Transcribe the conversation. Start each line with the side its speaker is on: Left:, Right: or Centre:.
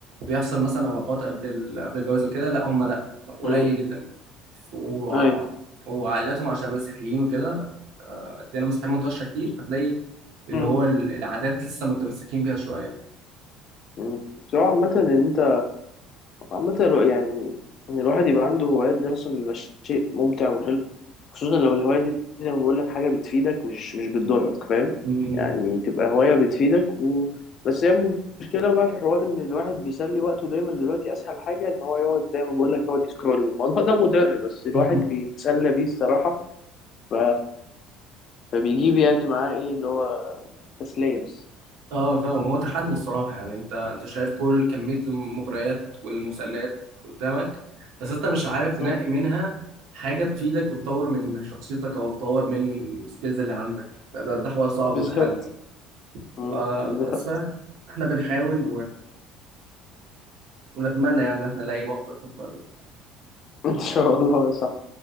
Right: بيحصل مثلا علاقات قبل ال... قبل الجواز وكده لا هم لا قليل
Left: مم.
Right: جدا وع-
Left: ايوه
Right: وعائلاتهم عشان مسيحيين وكده الديانة المسيحية منتشرة كتير فتلاقي اللي
Left: مم.
Right: هو ال- العادات لسه متمسكين بيها شوية
Left: مم. سواء عامة ان انت عامة الو- يعني إن الواحد يبقى عنده هوايات ده أصلا بيبقى شيء ممتع وحلو خصوصا لو الهواية دي زي ما بقول لك حاجة بتفيدك مش مش بتضرك فاهم
Right: م-
Left: يعني تبقى هواية بتفيدك و... بس هي المشكلة بقى في حوار إن الواحد بيسلي وقته دايما دلوقتي أسهل حاجة إن هو يقعد زي ما بقول لك يقعد يسكرول والموضوع ده مضر بس الواحد
Right: م.
Left: بيتسلى
Right: <laughs>
Left: بيه الصراحة ف... فبيجيب يعني معاه إيه اللي هو تسلية بس
Right: اه فاهم هو تحدي الصراحة يعني انت انت شايف كل كمية المغريات والمسلات قدامك بس انت مش عارف تنقي
Left: مم.
Right: منها حاجة تفيدك وتطور من من شخصيتك او تطور من السكيلز اللي عندك ده, ده حوار صعب
Left: بالظبط
Right: وتحدي
Left: مم.
Right: ف- فبس
Left: بالظبط
Right: بقى احنا بنحاول ونتمنى يعني ان احنا نلاقي مخرج في الفرق.
Left: <laughs> إن شاء الله صح